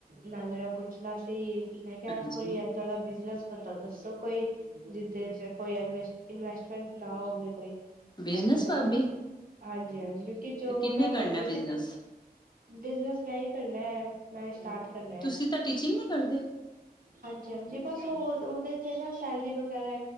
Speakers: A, on the right; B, on the left.
A: ਨਾਲੇ ਮੈਂ ਪੁੱਛਣਾ ਸੀ ਮੈਂ ਕਿਆ
B: ਹਾਂਜੀ
A: ਕੋਈ ਏਦਾਂ ਦਾ ਬਿਜਨਸ ਤ ਦੱਸੋ ਕੋਈ ਜਿੱਦੇ ਚ' ਕੋਈ ਐਨ ਇਨਵੈਸਟਮੈਂਟ ਨਾ ਹੋਵੇ ਕੋਈ
B: ਬਿਜਨਸ
A: ਏਦਾਂ ਦਾ
B: ਭਾਬੀ
A: ਕੋਈ ਹਾਂਜੀ-ਹਾਂਜੀ ਕਿਉਂਕਿ ਜੋਬ
B: ਤੇ ਕਿੰਨੇ
A: ਮੈਂ
B: ਕਰਨਾ
A: ਕਰਦੀ ਸੀ
B: ਬਿਜਨਸ
A: ਬਿਜਨਸ ਮੈਂ ਈ ਕਰਨਾ ਐ। ਮੈਂ ਸਟਾਟ ਕਰਨਾ
B: ਤੁਸੀਂ
A: ਐ।
B: ਤਾਂ ਟੀਚਿੰਗ ਨੀ ਕਰਦੇ
A: ਹਾਂਜੀ-ਹਾਂਜੀ ਬਸ ਹੋਰ ਉਦੇ 'ਚ ਨਾ ਸੈਲਰੀ ਵ ਗੈਰਾ